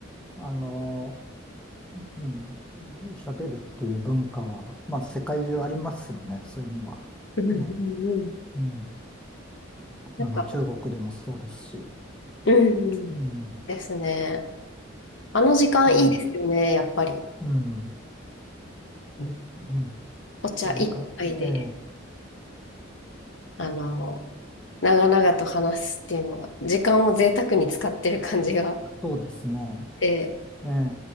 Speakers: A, in the centre; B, on the left.
A: あの、うん、喋るっていう文化は、まあ世界中ありますよね、そういうのは。
B: うんうんうん。
A: ね、うん。
B: なんか、
A: あの、中国でもそうですし。
B: うん
A: うん。
B: ですね。あの時間いいですよね、
A: ね、
B: やっぱり。
A: うん。
B: うん
A: そう、うん。
B: お茶一杯で、
A: そう、なんか、ええ、
B: あの、長々と話すっていうのは、時間を贅沢に使ってる感じがあっ
A: そうですね。
B: て、
A: ええ、